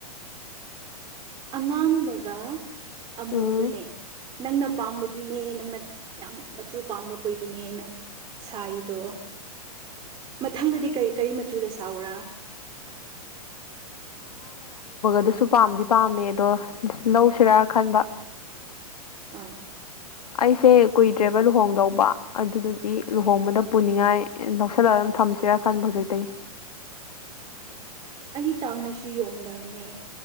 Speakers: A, on the right (about 25°); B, on the left (about 80°).
A: ꯑꯉꯥꯡꯕꯒ ꯑꯃꯨꯕꯅꯦ
B: ꯎꯝ
A: ꯅꯪꯅ ꯄꯥꯝꯕꯗꯨꯅꯦ ꯅꯪꯅ ꯌꯥꯝ ꯃꯆꯨ ꯄꯥꯝꯕ ꯈꯣꯏꯗꯨꯅꯦ ꯑꯩꯅ ꯁꯥꯏꯗꯣ ꯃꯊꯪꯗꯗꯤ ꯀꯔꯤ ꯀꯔꯤ ꯃꯆꯨꯗ ꯁꯥꯎꯎꯔꯥ
B: ꯑꯗꯨꯁꯨ ꯄꯥꯝꯗꯤ ꯄꯥꯝꯃꯦ ꯑꯗꯣ ꯂꯧꯁꯤꯔꯥ ꯈꯟꯕ
A: ꯑꯥ
B: ꯑꯩꯁꯦ ꯀꯨꯏꯗ꯭ꯔꯦꯕ ꯂꯨꯍꯣꯡꯗꯧꯕ ꯑꯗꯨꯗꯨꯒꯤ ꯂꯨꯍꯣꯡꯕꯗ ꯄꯨꯅꯤꯡꯉꯥꯏ ꯂꯧꯁꯤꯜꯂ ꯊꯝꯁꯤꯔꯥ ꯈꯟꯕ ꯍꯧꯖꯤꯛꯇꯇꯩ
A: <inaudible> <unintelligible> ꯑꯩꯗꯤ ꯇꯥꯡꯅꯁꯨ ꯌꯣꯟꯗꯕꯅꯦ